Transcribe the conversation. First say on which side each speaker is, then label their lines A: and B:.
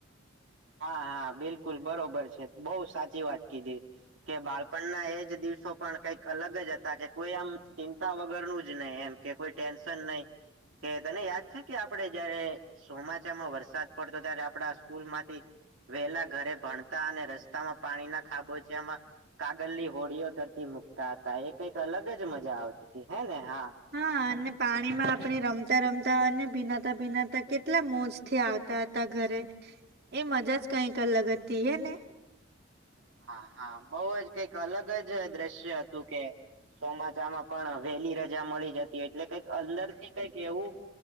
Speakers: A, on the right; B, on the right.
A: હા હા બિલકુલ બરોબર છે બઊ સાચી વાત કીધી. કે બાળપણના એજ દિવસો પણ કઈક અલગ જ હતા કે કોઈ આમ ચિંતા વગરનું જ નહી એમ. કે કોઈ ટેન્શન નઈ. કે તને યાદ છે કે આપડે જયારે ચોમાસામાં વરસાદ પડતો ત્યારે આપડા સ્કૂલ માંથી વેલા ઘરે ભણતા અને રસ્તામાં પાણી ના ખાબોચ્યામાં કાગલની હોડીઓ તરતી મુકતા હતા એ કઈક અલગ જ મજા આવતી હતી હે ને હા.
B: હા અને પાણીમાં આપણે રમતા રમતા અને ભીનાતા ભીનાતા કેટલા મોજ થી આવતા હતા ઘરે એ મજા જ કઈક લગતી હે ને.
A: હા હા બઉ જ કઈક અલગ જ દ્રશ્ય હતું કે ચોમાચામાં પણ વહેલી રજા મળી જતી એટલે કઈક અંદર થી કઈક એવું-